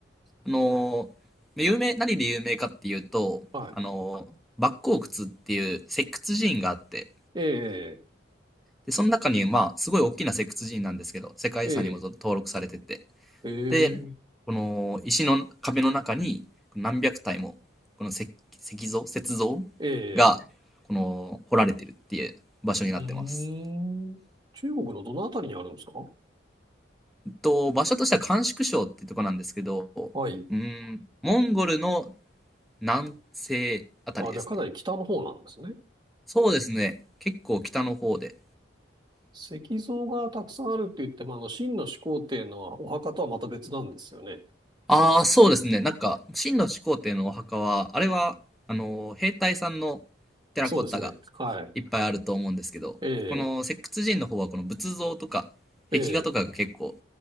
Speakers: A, in the centre; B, on the right (about 20°).
A: あの、有名、何で有名かっていうと、
B: はい。
A: あの、莫高窟っていう石窟寺院があって、
B: ええ
A: で、その中に、まあ、すごい大きな石窟寺院なんですけど、世界遺産にも登録されてて、
B: ええええ
A: で、この石の壁の中に何百体も、この石石像、雪像
B: ええ
A: が、この、掘られてるっていう場所になってます。
B: うーん。中国のどのあたりにあるんですか
A: えっと、場所としては甘粛省っていうとこなんですけど、
B: はい。
A: うん、モンゴルの南西あたりですね。
B: あ、じゃあかなり北の方なんですね。
A: そうですね。結構北の方で、
B: 石像がたくさんあるって言っても、あの、秦の始皇帝のお墓とはまた別なんですよね。
A: ああ、そうですね。なんか、秦の始皇帝のお墓は、あれは、あの、兵隊さんのテラコッタが
B: そうですね。はい。
A: いっぱいあると思うんですけど、
B: ええ、
A: この石窟人の方は、この仏像とか、
B: ええ、
A: 壁画とかが結構